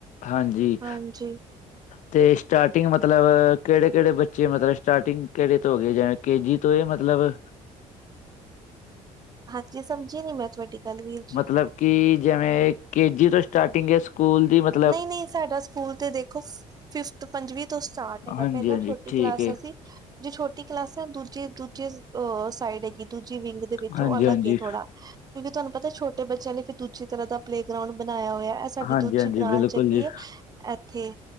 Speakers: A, on the left; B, on the right.
A: ਹਾਂਜੀ।
B: ਹਾਂਜੀ
A: ਤੇ ਸਟਾਰਟਿੰਗ ਮਤਲਬ ਕਿਹੜੇ-ਕਿਹੜੇ ਬੱਚੇ ਮਤਲਬ ਸਟਾਰਟਿੰਗ ਕਿਹੜੇ ਧੋ ਗਏ ਜਾਵੇ ਕੇ ਜੀ ਤੋਂ ਇਹ ਮਤਲਬ
B: ਹਾਜੀ ਸਮਝੀ ਨੀ ਮੈਂ ਤੁਹਾਡੀ ਗੱਲ ਵੀਰ ਜੀ
A: ਮਤਲਬ ਕਿ ਜਿਵੇਂ ਕੇ ਜੀ ਤੋਂ ਸਟਾਰਟਿੰਗ ਹੈ ਸਕੂਲ ਦੀ ਮਤਲਬ
B: ਨਹੀਂ- ਨਹੀਂ ਸਾਡਾ ਸਕੂਲ ਤੇ ਦੇਖੋ ਫਿਫੱਥ ਪੰਜਵੀਂ ਤੋਂ ਸਟਾਰਟ ਹੈਗਾ
A: ਹਾਂਜੀ-ਹਾਂਜੀ
B: ਪਹਿਲਾਂ ਛੋਟੀ
A: ਠੀਕ
B: ਕਲਾਸਾਂ
A: ਏ,
B: ਸੀ ਜੇ ਛੋਟੀ ਕਲਾਸ ਹੈ ਦੂਜੀ ਦੂਜੇ ਅ ਸਾਈਡ ਹੈਗੀ ਦੂਜੀ ਵਿੰਗ ਦੇ ਵਿੱਚ
A: ਹਾਂਜੀ-ਹਾਂਜੀ,
B: ਉਹ ਅਲੱਗ ਥੋੜਾ। ਕਿਉਂਕਿ ਤੁਹਾਨੂੰ ਪਤਾ ਛੋਟੇ ਬੱਚਿਆਂ ਨੇ ਫਿਰ ਦੂਜੀੇ ਤਰ੍ਹਾਂ ਦਾ ਪਲੇ ਗਰਾਊਂਡ ਬਣਾਇਆ ਹੋਇਆ ਇਹ ਸਾਡੀ
A: ਹਾਂਜੀ-ਹਾਂਜੀ
B: ਦੂ ਅੀ ਬ੍ਰਾਂਚ
A: ਬਿਲਕੁਲ
B: ਹੈਗੀ
A: ਜੀ,
B: ਹੈ। ਇੱਥੇ